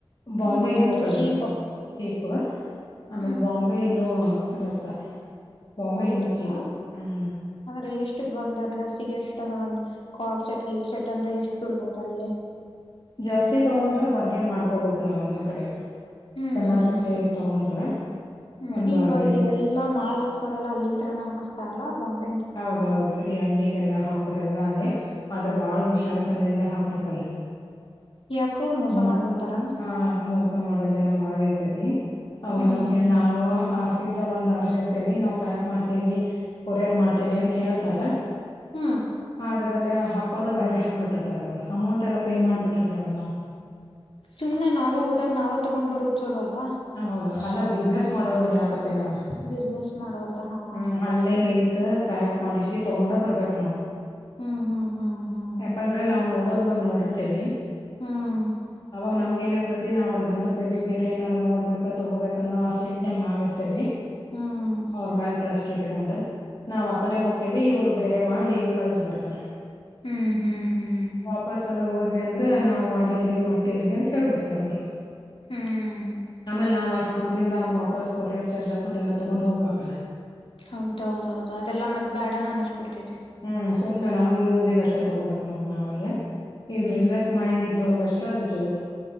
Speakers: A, on the left; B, on the left.
A: ಬಾಂಬೆ
B: ಹ್ಮ್
A: ಇನ್ನುೂ
B: ಅಂದ್ರೆ
A: ಕಡಿಮೆ.
B: ಚೀಪ್
A: ಚೀಪ್ ಆಮೇಲ್
B: ಹ್ಮ್
A: ಬಾಂಬೆ ಇನ್ನುೂಸಸ್ತ. ಬಂಬೆ
B: ಹೌದದಾ
A: ಇನ್ನೂ ಚಿಪು ಹ್ಮ್
B: ಅಂದ್ರೆ ಎಷ್ಟು ಬಂದು ಡ್ರೆಸ್ಸಿಗೆ ಎಷ್ಟು ಅಂದ್ರೆ ಒಂದು ಕಾರ್ಡ್ ಸೆಟ್ ಗೀಟ್ ಸೆಟ್ ಅಂದ್ರೆ ಎಷ್ಟು ಬೀಳ್ಬಹುದು ಅಲ್ಲೇ.
A: ಜಾಸ್ತಿ ತಗೊಂಡ್ರ ಬರ್ಗೇನ್ ಮಾಡ್ಕೋಬಹದು ನಾವ ಒಂದ್ ಕಡೆ.
B: ಹ್ಮ್
A: ಎಲ್ಲಾರು
B: ಹ್ಮ್ ಹ್ಮ್
A: ಸೇರಿ
B: ಹ್ಮ್
A: ತಗೊಂಡ್ರ
B: ಹ್ಮ್
A: ಒಂದ್
B: ಈಗ
A: ಬಾರ್ಗೇನ್
B: ಇದೆಲ್ಲಾ ಮಾಲ್ ಹಾಕ್ಸ ದರೆಲ್ಲ ಅಲ್ಲಿಂದ ತರ ಹಾಕಸ್ತಾರಲ್ಲ ಬಾಂಬ್
A: ಹೌದೌದು ಈ ಅಂಗಡಿಗೆಲ್ಲಾ ಹಾಕೋರೆ ಎಲ್ಲಾ ಅಲ್ಲೇ ಆದ್ರೆ ಬಾಳ ಹುಷಾರ ತನದಿಂದ ಹಾಕ್ಬೇಕಲ್ಲಿ.
B: ಯಾಕೋ ಮೋಸ
A: ಮೊ
B: ಮಾಡ್ಬಿಡ್ತಾರ
A: ಹಾ ಮೊಸ ಅರ್ಥ ಮಾಡೋ ಜನ ಬಾಳ ಇರ್ತೈತಿ ಅವ್ರ
B: ಹ್ಮ್
A: ನಮಗೆ
B: ಹ್ಮ್
A: ನಾವ ಸಿದ್ಧ ಒಂದ್ ಆರ್ಶ ಇರ್ತೇವಿ ನಾವ್ ಪ್ಯಾಕ್ ಮಾಡ್ತೇವಿ ಕೊರಿಯರ್ ಮಾಡ್ತೇವಿ ಅಂತ ಹೇಳ್ತಾರೆ.
B: ಹ್ಮ
A: ಅದರಲ್ಲೇ ಹಾಕ್ಕೋದ ಬೇರೆ ಹಾಕ್ಬಿಟ್ಟಿರ್ತಾರೆ ಅವರು ಅಮೌಂಟ್ ಎಲ್ಲ ಪೇ ಮಾಡಿಬಿಟ್ಟಿರ್ತೇವಲ್ಲ ನಾವು.
B: ಸುಮ್ನೆ ನಾವೆ ಹೋದಾಗ ನಾವೆ ತಗೊಂಡ್ ಬರುದ್ ಚಲೋ ಅಲ್ಲಾ.
A: ಹ ಹೌದು ಅಲ್ಲಾ ಬಿಸ್ನೆಸ್ ಮಾಡೋರ್ದು ಹೇಳಕತ್ತೇನೆ ನಾನು.
B: ಬಿಸ್ನೆಸ್ ಮಾಡೋರ್ದ ಹಾ
A: ಹ್ಮ್ ಅಲ್ಲೇ ನಿಂತ ಪ್ಯಾಕ್ ಮಾಡಿಸಿ ತಗೊಂಡ ಬರ್ಬೇಕ ನಾವು. <inaudible>
B: ಹ್ಮ್ ಹ್ಮ್ ಹ್ಮ್ ಹ್ಮ್
A: ಎಕ ಅಂದ್ರೆನಾ ವ್ ನೋಡೋದ್ ಒಂದ್ ನೋಡಿರ್ತೇವಿ
B: ಹ್ಮ್
A: ಅವಾಗ ನಮಗ ಏನರ್ ನಾವ್ ಅಲ್ಲಿ ಬಂದಿರ್ತೇವೆ ಬೇರೆ ಏನಾರ ನೋಡ್ಬೇಕು ತಗೋಬೇಕ ಅನ್ನೋ ಅರ್ಜೆಂಟ್ನಾಗ ನಾವ್ ಇರ್ತೇವಿ.
B: ಹ್ಮ್
A: ಅವರ್ಮಲ್ ಟ್ರಸ್ಟ್ ಇಟ್ಕೊಂಡ್ ನಾವ್ ಆ ಕಡೆ ಹೋಗ ಇವರು ಬೇರೆ ಮಾಡಿ ಕಳಸ್ಬಿಡ್ತಾರೆ
B: ಹ್ಮ್ ಹ್ಮ್ ಹ್ಮ್
A: ವಾಪಸ್ ಸಲ್ ಹೋದ್ವಿ ಅಂದ್ರ ನಾವ್ ಮಾಡಿಲ್ರಿ ಮಟ್ಟಿಲ್ರರಿ ಅಂತ ಹೇಳೇಳ್ಬಿಡ್ತಾರ ಅವರು
B: ಹ್ಮ್
A: ಆಮೇಲೆ ನಾವ್ ಅಷ್ಟ್ ದೂರ್ದಿಂದ ಅವ್ನ್ ವಾಪಸ್ ಕೊರಿಯರ್ ಚಾರ್ಜ್ ಹಾಕೊಂಡು ಎಲ್ಲಾ ತಗೊಂಡ್ ಹೋಗ್ಬೇಕಲ್ಲ
B: ಹೌದೌದೌದು ಅದೆಲ್ಲಾ ಮತ್ತತ್ ಬೇಡನ ಅನಿಸಬಿಡ್ತೇತಿ
A: ಹ್ಮ್ ಸುಮ್ನೆ ನಮ್ ಯೂಸಿಗೆ ಅಷ್ಟ ತಗೋಬೇಕಕ್ ನೋಡ ನಾವ್ ಅಲ್ಲಿ ಇ್
B: ಹ್ಮ್
A: ಬಿಸ್ನೆಸ್ ಮೈಂಡ್ ಇದ್ದವರ್ಗ್ ಅಷ್ಟ ಊಟ ಅದ ಚಲೋ